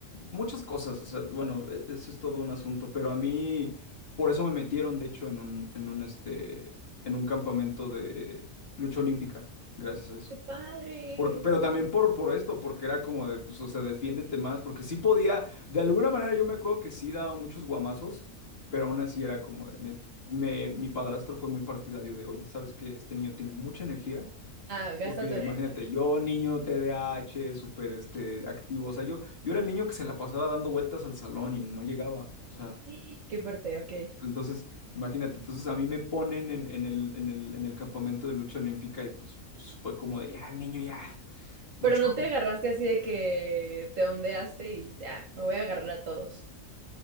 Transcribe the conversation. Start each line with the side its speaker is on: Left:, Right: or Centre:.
Left: Muchas cosas, o sea, bueno, e- eso es todo un asunto, pero a mí, por eso me metieron, de hecho, en un, en un, este, en un campamento de lucha olímpica, gracias a eso.
Right: ¡Qué padre!
Left: Por- pero también por, por esto, porque era como de, pues, o sea, defiéndete más, porque sí podía, de alguna manera yo me acuerdo que sí daba muchos guamazos, pero aún así era como de, ne- me, mi padrastro fue muy partidario de, oye, ¿sabes qué? Este niño tiene mucha energía,
Right: Ah, gasta
Left: porque
Right: tu energía.
Left: imagínate, yo niño t d A h súper este, activo, o sea, yo, yo era el niño que se la pasaba dando vueltas al salón y no llegaba, o sea,
Right: <gasps> Qué fuerte, ok.
Left: entonces, imagínate, entonces a mí me ponen en, en el, en el, en el campamento de lucha olímpica y pues, pues fue como de, ya, el niño ya. mucho
Right: Pero no te agarraste así de que te ondeaste y dijiste, ah, me voy a agarrar a todos.